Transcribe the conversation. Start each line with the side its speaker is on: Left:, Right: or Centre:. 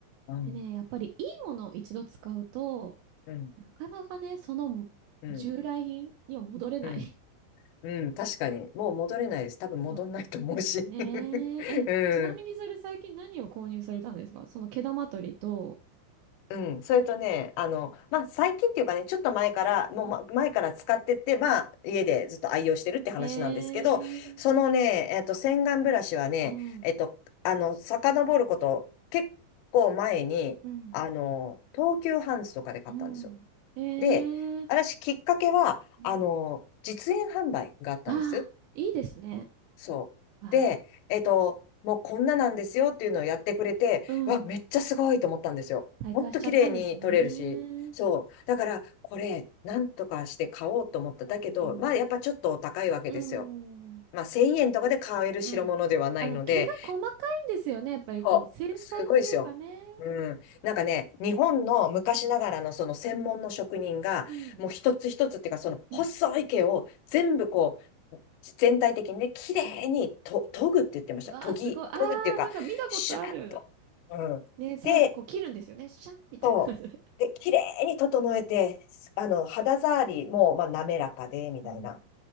Left: うん
Right: でね、やっぱりいいものを一度使うと、
Left: うん、
Right: なかなかね、その従来品には戻れない。
Left: うん、うん、うん、確かに。もう戻れないです。
Right: <laughs>
Left: 多分戻んないと思うし。
Right: そう。ねえ、
Left: <laughs>
Right: え、
Left: うん、
Right: ちなみにそれ最近何を購入されたんですかその毛玉取りと、
Left: うん。それとね、あの、まあ、最近っていうかね、ちょっと前から、もうま前から使ってって、
Right: うん
Left: まあ、家でずっと愛用してるって話なんですけど、
Right: えー、
Left: そのね、えっと、洗顔ブラシはね、
Right: うん。
Left: えっと、あの、遡ること結構前に、
Right: うん。
Left: あの、東急ハンズとかで買ったんですよ。
Right: うん。
Left: で、
Right: ええ
Left: 私、きっかけは、
Right: うん。
Left: あの、実演販売があったんです。
Right: ああ、いいですね。
Left: そう。
Right: あ
Left: で、えっと、もうこんななんですよっていうのをやってくれて、
Right: あ、うん。
Left: うわ、めっちゃすごいと思ったんですよ。
Right: 体感しちゃったんですね。
Left: ほんと綺麗に撮れるし。そう。だから、これ、なんとかして買おうと思った。だけど、
Right: うん。
Left: まあ、やっぱちょっとお高いわけですよ。
Right: うん。
Left: まあ、1000円とかで買える代物ではないので、
Right: うん。あの、毛が細かいんですよね。やっぱりこう、
Left: そう、
Right: 繊細っていうかね。
Left: すごいですよ。うん。なんかね、日本の昔ながらのその専門の職人が、
Right: うんうん。
Left: もう一つ一つっていうか、その細い毛を全部こう、
Right: う
Left: 全体的にね、綺麗にと研ぐって言ってました。
Right: んうわあ、
Left: 研ぎ、
Right: すごい。ああ、
Left: 研ぐっていうか、
Right: なんか見たことある。
Left: シャーッと。うん。
Right: ね、最後こう切るんですよね。
Left: で、
Right: シャンみたいな感じで。
Left: そう。で、綺麗に整えて、あの、肌触りも、まあ、滑らかで、みたいな。
Right: うん